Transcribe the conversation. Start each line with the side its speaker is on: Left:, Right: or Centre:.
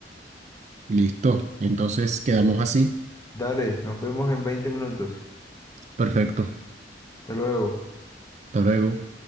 Right: Listo, entonces quedamos así.
Left: Dale, nos vemos en 20 minutos.
Right: Perfecto.
Left: Hasta luego.
Right: Hasta luego.